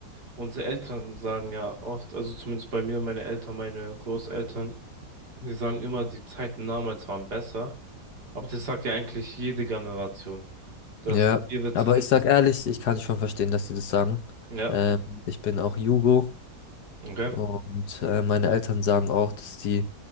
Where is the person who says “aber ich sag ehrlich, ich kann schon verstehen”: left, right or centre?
Left